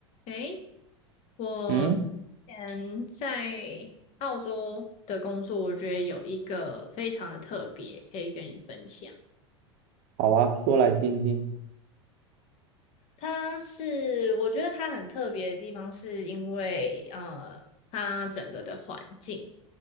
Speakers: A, on the left; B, on the right.
A: 诶，我
B: 嗯，
A: 之前在澳洲的工作，我觉得有一个非常的特别，可以跟你分享。
B: 好啊，说来听听。
A: 它是，我觉得它很特别的地方，是因为呃，它整个的环境，